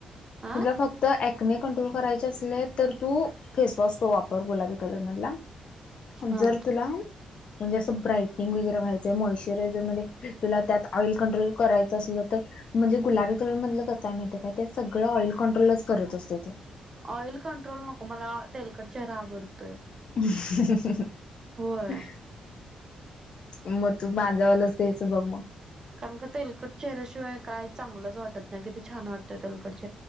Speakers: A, on the right; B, on the left.
A: हा
B: तुला फक्त अकनिक कंट्रोल करायचं असलं तर तु फेसवॉश तर वापर गुलाबी कलर मधला
A: हा
B: जर तुला म्हणजे असं ब्राईटनिंग वगैरे व्हायचंय मॉ्चरायझर मध्ये तुला त्यात ऑइल कंट्रोल करायचं असलं तर म्हणजे अ गुलाबी कलर मधलं कसं आहे माहिती आहे काय ते सगळं ऑइल कंट्रोलच करत असते ते
A: ऑइल कंट्रोल नको मला तेलकट चेहरा आवडतो
B: हम्म हम्
A: होय
B: ह म तु माझ्यावाल तेच बघ ना
A: कारण का तेलकट चेहऱ्याशिवाय काय चांगलंच वाटत नाही किती छान वाटतंय तेलकट चेहरा